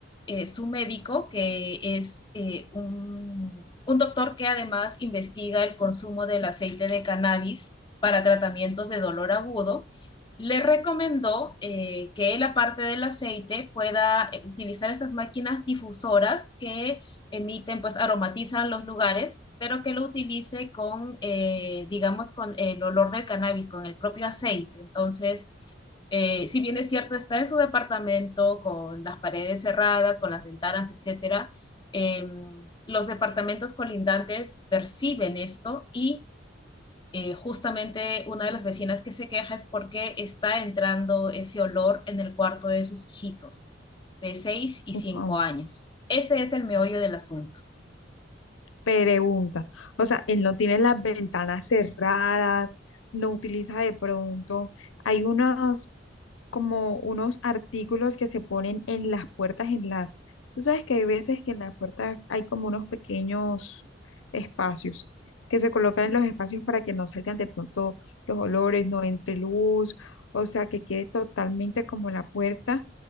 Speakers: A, on the left; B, on the left.
A: eh, su médico, que es eh, un, un doctor que además investiga el consumo del aceite de cannabis para tratamientos de dolor agudo, le recomendó eh, que él, aparte del aceite, pueda eh, utilizar estas máquinas difusoras que emiten, pues aromatizan los lugares, pero que lo utilice con, eh, digamos, con el olor del cannabis, con el propio aceite. Entonces, eh, si bien es cierto, está en su departamento con las paredes cerradas, con las ventanas, etcétera, eh, los departamentos colindantes perciben esto y eh, justamente una de las vecinas que se queja es porque está entrando ese olor en el cuarto de sus hijitos de seis y
B: ujú.
A: cinco años. Ese es el meollo del asunto.
B: Pregunta. O sea, él no tiene las ventanas cerradas, no utiliza de pronto. Hay unos. como unos artículos que se ponen en las puertas, en las... Tú sabes que hay veces que en las puertas hay como unos pequeños espacios que se colocan en los espacios para que no salgan de pronto los olores, no entre luz, o sea, que quede totalmente como la puerta